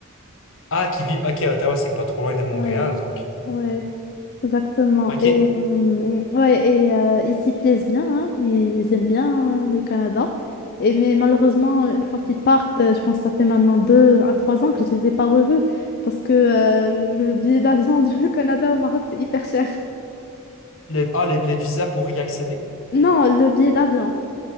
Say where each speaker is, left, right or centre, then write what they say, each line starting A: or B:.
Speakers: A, on the left; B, on the left.
A: Ah, qui vit, ok, à Ottawa, c'est pas trop loin de Montréal,
B: Ouais,
A: donc.
B: ouais, exactement.
A: Ok.
B: Et, euh, ouais, et euh, ils s'y plaisent bien, hein, ils aiment bien hein, le Canada. Et, mais malheureusement, une fois qu'ils partent, euh, je pense que ça fait maintenant deux à trois ans que je les ai pas revus parce que euh, le billet d'avion <laughs> du Canada au Maroc, c'est hyper cher.
A: Le, ah, le, le visa pour y accéder?
B: Non, le billet d'avion.